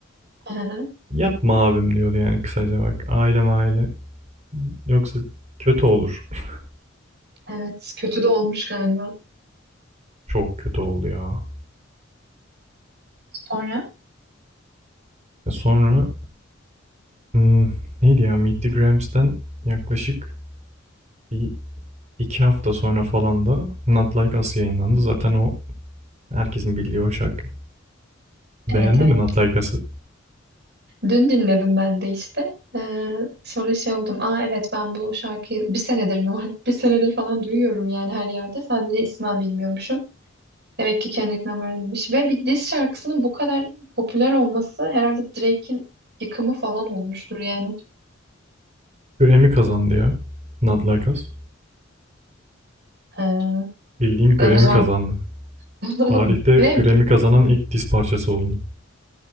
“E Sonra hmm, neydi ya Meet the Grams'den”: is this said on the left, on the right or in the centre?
Right